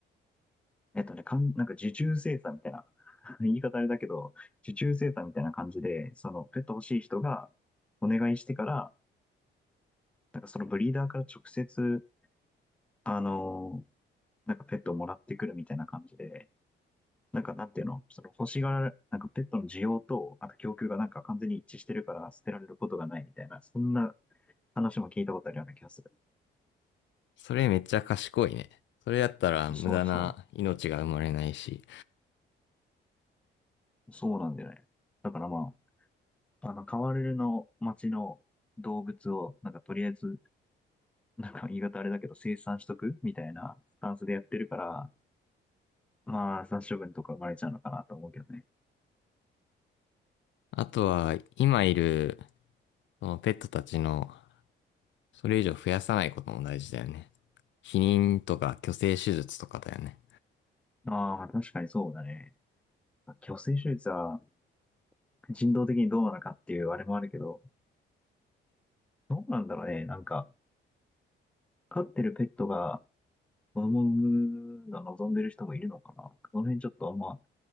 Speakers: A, in the centre; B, on the left (about 70°).
A: えっとね、かん、なんか受注生産みたいな、<laughs> 言い方あれだけど、受注生産みたいな感じで、そのペット欲しい人がお願いしてから、なんかそのブリーダーから直接、あの、なんかペットをもらってくるみたいな感じで、なんか、なんていうの、その欲しがら、なんかペットの需要と、あと供給がなんか完全に一致してるから捨てられることがないみたいな、そんな話も聞いたことあるような気がする。
B: それめっちゃ賢いね。それやったら無駄な命が生まれないし。
A: そうそう。そうなんだよね。だからまあ、あの、カワレルの町の動物を、なんかとりあえず、なんか言い方あれだけど生産しとくみたいなスタンスでやってるから、まあ、殺処分とか生まれちゃうのかなと思うけどね。
B: あとは、今いる、そのペットたちの、それ以上増やさないことも大事だよね。避妊とか去勢手術とかだよね。
A: ああ、確かにそうだね。去勢手術は人道的にどうなのかっていうあれもあるけど、どうなんだろうね。なんか、飼ってるペットが子供を産むの望んでる人もいるのかなこの辺ちょっとあんま